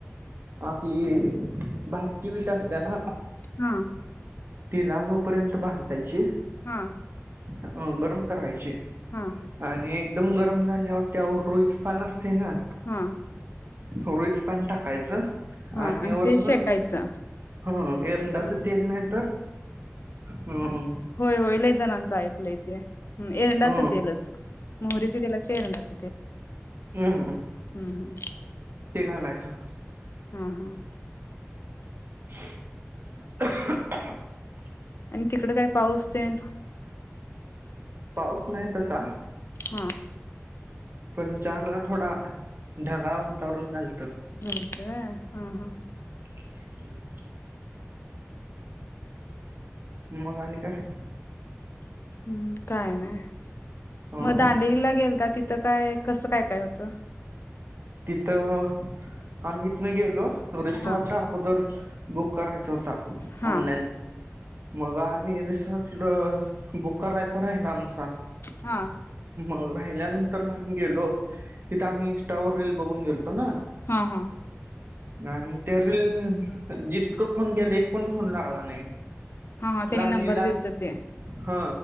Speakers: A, on the right (about 50°); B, on the left (about 55°).
A: आपली भाजकी विट असत्या ना
B: हा
A: ती लाल हो पर्यंत भाजकायची
B: हा
A: अ गरम करायची
B: हा
A: आणि एकदम गरम झाल्यावर त्यावर रुईच पान असते ना
B: हा
A: रोईच पान टाकायचं.
B: हा
A: आणि वरण
B: ते शेकायचं
A: हो एरंडाचे
B: हम्म
A: तेल नाही तर ह
B: होय होय लय जणांचं ऐकलंय ते एरंडाचं
A: ह
B: तेलच मोहरीच तेल की एरंडाचं तेल
A: हम्
B: हम्म हम्म
A: ते घालायचं
B: हा हा
A: <inaudible>
B: आणि तिकडे काय पाऊस तेन
A: पाऊस नाही तसा
B: हा
A: पण चारला थोडा ढगाळ वातावरण झालतं.
B: होय काय हा हा
A: <unintelligible> मग आणि काय
B: हम्म काय नाही
A: अ
B: मग दांडेलीला गेलता तिथं काय कसं काय काय होतं.
A: तिथं आम्ही इथन गेलो रिसॉर्ट
B: हा
A: ला अगोदर बुक करायचा होता
B: हा
A: ऑनलाईन मग आम्ही रिसॉर्ट बुक करायचा राहीला आमचा
B: हा
A: मग राहिल्यानंतर ना आम्ही गेलो तिथं आम्ही इंस्टावर रील बघून गेलतो ना
B: हा हा
A: आणि त्या रील जितकं फोन केले एक पण फोन लागला नाही.
B: हा हा त्यांनी
A: लांनी
B: नंबर
A: ला
B: दिलत ते
A: हा